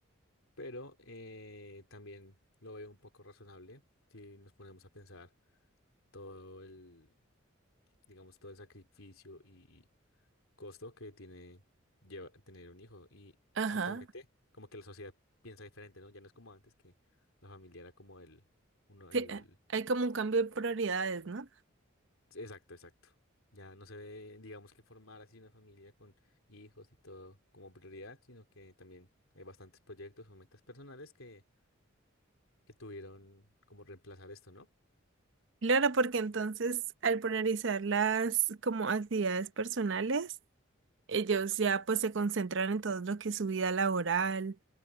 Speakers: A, on the left (about 80°); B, on the right (about 60°).
A: pero eh, también lo veo un poco razonable si nos ponemos a pensar todo el, digamos, todo el sacrificio y costo que tiene lleva- tener un hijo. Y
B: Ajá.
A: actualmente, como que la sociedad piensa diferente, ¿no? Ya no es como antes que la familia era como el, uno,
B: Sí,
A: el,
B: eh, hay como un cambio de prioridades, ¿no?
A: exacto, exacto. Ya no se ve, digamos, que formar así una familia con hijos y todo como prioridad, sino que también hay bastantes proyectos o metas personales que que tuvieron como reemplazar esto, ¿no?
B: Claro, porque entonces al priorizar las como actividades personales, ellos ya pues se concentran en todo lo que es su vida laboral,